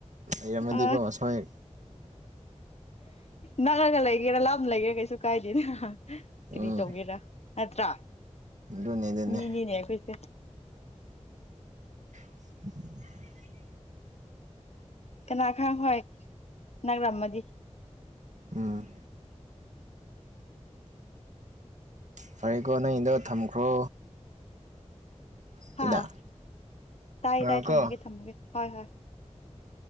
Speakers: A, on the right; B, on the left.
A: ꯏꯔꯃꯗꯤꯀꯣꯁꯥꯏ
B: ꯑ ꯅꯛꯑꯒ ꯂꯩꯒꯦꯔꯥ ꯂꯥꯞ ꯂꯩꯒꯦꯥ ꯀꯩꯁꯨ ꯀꯥꯏꯗꯦꯅ ꯀꯔꯤ
A: ꯎꯝ
B: ꯇꯧꯒꯦꯔꯥ ꯅꯠꯇ꯭ꯔꯥ
A: ꯑꯗꯨꯅꯦ ꯑꯗꯨꯅꯦ
B: ꯃꯤꯅꯤꯅꯦ ꯀꯩꯁꯦ
A: <inaudible>
B: ꯀꯅꯥ ꯈꯪ ꯍꯣꯏ ꯅꯅꯥꯅꯥꯔꯝꯃꯗꯤ
A: ꯑ ꯐꯔꯦꯀꯣ ꯅꯪꯗꯣ ꯊꯝꯈ꯭ꯔꯣ ꯑꯗꯨꯗ
B: ꯍꯥꯥ ꯇꯥꯏ
A: ꯉꯥꯏꯈꯣꯀꯣ
B: ꯇꯥꯏ ꯊꯝꯃꯒꯦ ꯊꯝꯃꯒꯦ ꯍꯣꯏ ꯍꯣꯏ